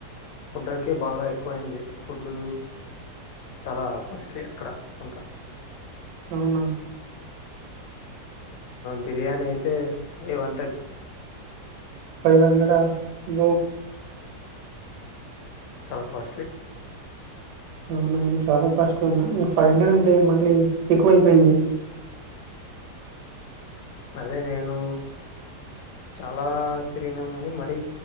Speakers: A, on the left (about 80°); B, on the right (about 80°).
A: ఫుడకే బాగా ఎక్కువయింది ఫుడ్ చాల కాస్ట్లీ అక్కడ అంత
B: అవున
A: బిర్యానీ అయితే ఫైవ్ హండ్రెడ్
B: ఫైవ్ హండ్రెడ <unintelligible>
A: చాల కాస్ట్లీ
B: అవునవును చాల కాస్ట్ ఉన్నాయి ఫైవ్ హండ్రెడ్ అంటే మళ్ళీ ఎక్కువ అయిపోయింది
A: అదే నేను చాల తిరిగినము కాని మరి